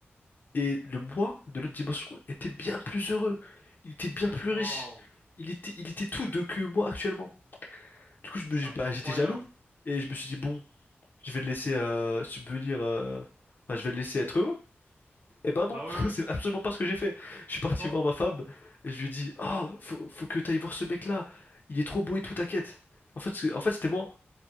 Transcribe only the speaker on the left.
Et le moi de l'autre dimension était bien plus heureux. Il était bien plus
riche. Il était, il était tout de que moi actuellement. Du coup, je
me,
j'ai-
bah, j'étais jaloux. Et je me suis dit, bon, je vais le laisser euh, subvenir. euh, enfin, je vais le laisser être heureux. Eh ben
non,
<laughs>
c'est absolument pas ce que j'ai fait. Je suis parti
voir ma femme et je lui ai dit, ah, faut, faut que t'ailles voir ce mec-là, il est trop beau et tout, t'inquiète. En fait, c'est- en fait, c'était moi.